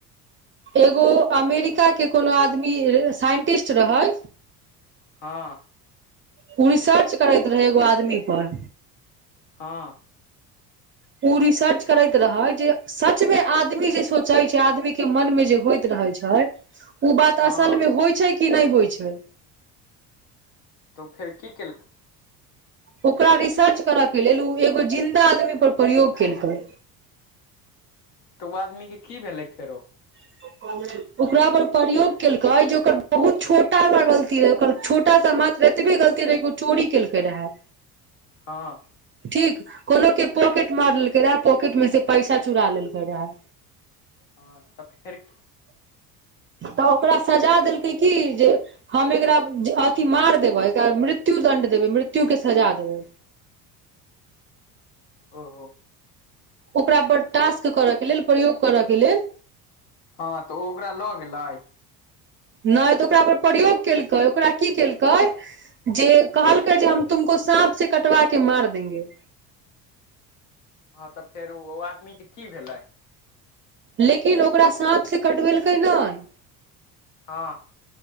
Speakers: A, on the right; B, on the left.
A: एगो अमेरिकाके कोनो आदमी साइंटिस्ट रहै।
B: हँ।
A: उ रिसर्च करैत रहै एगो आदमी पर
B: हँ।
A: उ रिसर्च करैत रहय जे सचमे आदमी जे सोचय छैय आदमीके मन मे जे होइत रहय छैय ह उ बात
B: हँ
A: असलमे होइ छैय कि नय होइ छैय।
B: त फेर की केलकै।
A: ओकरा रिसर्च करऽ के लेल ओ एगो जिन्दा आदमी पर प्रयोग केलकै।
B: त ओ आदमी के की भेलै फेरो।
A: <inaudible> ओकरा पर प्रयोग केलकै जे ओकर बहुत छोटा सा गलती रहै ओकर छोटा सा मात एतबे गलती रहै कि ओ चोरी केलकै रहै।
B: हँ।
A: ठीक, कोनो के पॉकेट मार लेलकै रहे, पॉकेट में से पैसा चुरा लेलकै रहे
B: हँ तऽ फेर
A: तऽ ओकरा सजा देलकै की जे हम एकरा अथि मार देबै मृत्यु दंड देबै, मृत्यु के सजा देबै।
B: ओहो।
A: ओकरा पर टास्क करऽके लेल, प्रयोग करय के लेल
B: हँ तऽ ओ ओकरा लऽ गेलै।
A: नै तऽ ओकरा पर प्रयोग केलकै ओकरा की केलकै जे कहलकै
B: हँ
A: जे हम तुमको साँप से कटवा के मार द देंगे।
B: हँ तऽ फेर ओ आदमी के की भेलै?
A: लेकिन ओकरा साँप से कटबेलकै नहि
B: हँ।